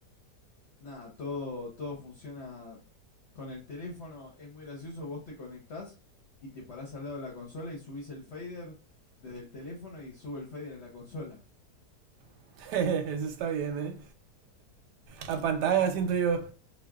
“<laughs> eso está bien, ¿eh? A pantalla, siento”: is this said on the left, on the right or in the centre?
Right